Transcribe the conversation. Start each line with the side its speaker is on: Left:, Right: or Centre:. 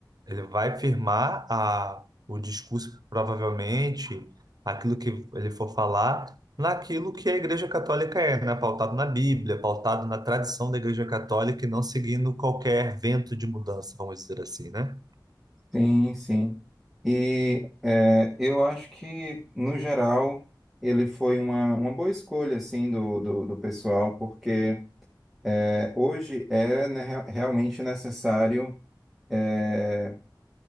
Right: ele vai firmar a, o discurso, provavelmente, aquilo que ele for falar, naquilo que a Igreja Católica é, né? Pautado na Bíblia, pautado na tradição da Igreja Católica e não seguindo qualquer vento de mudança, vamos dizer assim, né?
Centre: Sim, sim. E é, eu acho que, no geral, ele foi uma, uma boa escolha, assim, do, do, do pessoal, porque É, Hoje é né, rea- realmente necessário é,